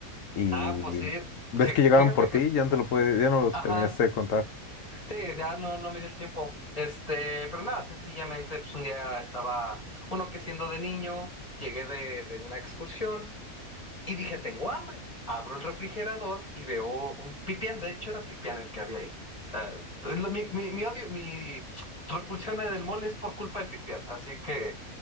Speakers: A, on the left; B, on the left.
A: y
B: Ah, pues sí,
A: ves
B: sí,
A: que llegaron
B: fíjate
A: por ti,
B: que,
A: ya no te lo puede, ya no lo
B: ajá.
A: terminaste de contar.
B: Sí, ya no, no me dio el tiempo. Este, pero nada, sencillamente, pues un día estaba uno que siendo de niño, llegué de, de una excursión y dije, tengo hambre. Abro el refrigerador y veo un pipián, de hecho era pipián el que había ahí. O sea, es lo- mi, mi, mi odio, mi repulsión del mole es por culpa del pipián. Así que,